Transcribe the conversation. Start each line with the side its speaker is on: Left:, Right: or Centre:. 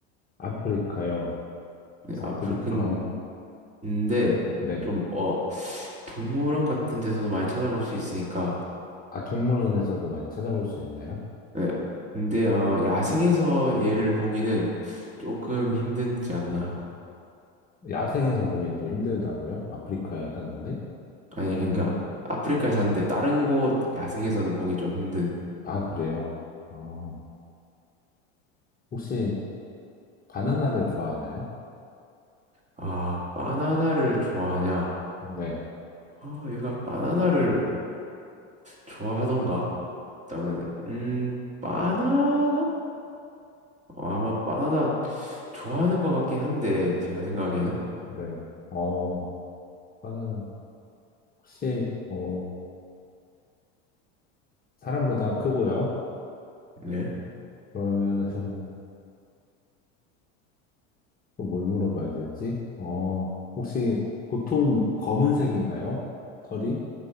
Left: 아프리카요.
Right: 네,
Left: 아프리카,
Right: 아프리카 근데
Left: 네.
Right: 좀 어, 동물원 같은 데서도 많이 찾아볼 수 있으니까.
Left: 아, 동물원에서도 많이 찾아볼 수 있나요?
Right: 네. 근데 어, 야생에서 얘를 보기는 조금 힘든지 않나.
Left: 야생에서 보긴 또 힘들다고요? 아프리카에 사는데?
Right: 아니
Left: 어,
Right: 그러니까 아프리카에 사는데 다른 곳 야생에서는 보기 좀 힘든.
Left: 아, 그래요? 어, 혹시 바나나를 좋아하나요?
Right: 아 바나나를 좋아하냐?
Left: 네.
Right: 아 얘가 바나나를 좋아하던가? 일단은 음 바나나? 어, 아마 바나나 좋아하는 것 같긴 한데 제가 생각에는
Left: 네. 어, 바나나. 혹시 어 사람보다 크고요?
Right: 네.
Left: 그러면은 <laughs> 또 뭘 물어봐야 되지? 어 혹시 보통 검은색인가요? 털이?